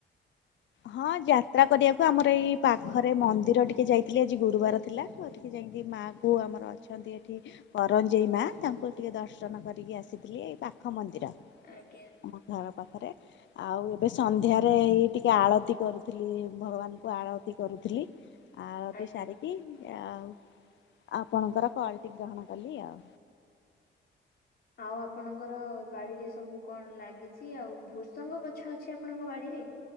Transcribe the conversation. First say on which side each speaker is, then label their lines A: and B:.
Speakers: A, on the left (about 75°); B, on the left (about 55°).
A: ହଁ ଯାତ୍ରା କରିବାକୁ ଆମର ଏଇ ପାଖରେ ମନ୍ଦିର ଟିକେ ଯାଇଥିଲି ଆଜି ଗୁରୁବାର ଥିଲା। ଏଠି ଯେମିତି ମାଆ ପୁଅ ଆମର ଅଛୁ। ଅଛନ୍ତି ଏଠି କରଞ୍ଜେଇ ମା ତାଙ୍କୁ ଟିକେ ଦର୍ଶନ କରିକି ଆସିଥିଲି ଏଇ ପାଖ ମନ୍ଦିର।
B: ଆଜ୍ଞା।
A: ଆମ ଘର ପାଖରେ ଆଉ ଏବେ ସନ୍ଧ୍ୟାରେ ଏଇ ଟେ ଆଳତି କରୁଥିଲି ଭଗବାନଙ୍କୁ ଆଳତି କରୁଥିଲି। ଆଳତି
B: ଆଜ୍ଞା।
A: ସାରିକି କି ଆଉ ଆପଣଙ୍କର କଲ୍ ଟି ଗ୍ରହଣ କଲି ଆଉ।
B: ଆଉ ଆପଣଙ୍କର ବାଡିରେ ସବୁ କଣ ଲାଗିଛି ଆଉ ଭୃସଙ୍ଗ ଗଛ ଅଛି ଆପଣଙ୍କ ବାଡିରେ?